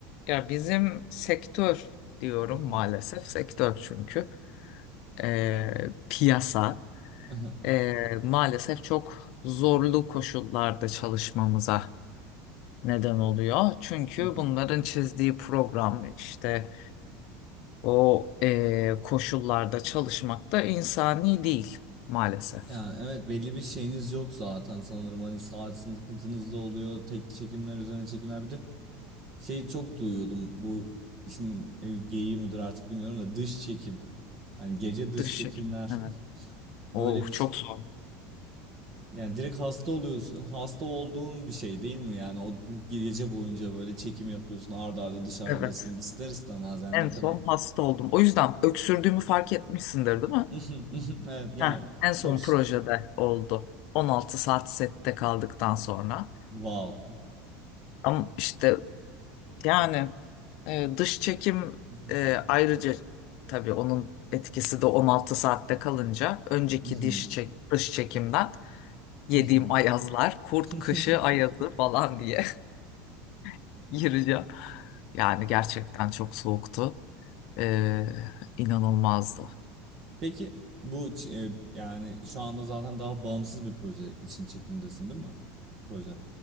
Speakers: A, on the left; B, on the right.
A: Ya bizim sektör diyorum
B: Mhm,
A: maalesef sektör çünkü Ee, piyasa
B: aha,
A: ee, maalesef çok zorlu koşullarda çalışmamıza neden oluyor. Çünkü
B: mhm.
A: bunların çizdiği program işte o ee, koşullarda çalışmak da insani değil maalesef.
B: Ya evet belli bir şeyiniz yok zaten sanırım hani saat sıkıntınız da oluyor tek çekimler üzerine çekimler bir de şey çok duyuyordum bu işin e, geyiği midir artık bilmiyorum da dış çekim hani gece dış
A: Dış
B: çekimler
A: çekim evet.
B: <laughs>
A: Oh
B: böyle bir
A: çok
B: ş-
A: zor.
B: yani direkt hasta oluyorsun hasta olduğun bir şey değil mi yani o gece boyunca böyle çekim yapıyorsun arda arda dışarıdasın
A: Evet.
B: ister istemez yani
A: En
B: ne kadar
A: son hasta oldum. O yüzden öksürdüğümü fark etmişsindir değil mi?
B: <laughs> evet yani
A: Heh, en
B: çok
A: son
B: <laughs>
A: projede oldu. 16 saat sette kaldıktan sonra.
B: wow
A: Ama işte yani e, dış çekim
B: <laughs>
A: e, ayrıca tabii onun etkisi de 16 saatte kalınca önceki
B: Mhm,
A: diş çek, dış çekimden yediğim
B: mhm.
A: ayazlar, kurt
B: <laughs>
A: kışı ayazı falan diye <laughs> gireceğim. Yani gerçekten çok soğuktu. E, inanılmazdı.
B: Peki bu ç- e, yani şu anda zaten daha bağımsız bir proje için çekimdesin değil mi? Proje.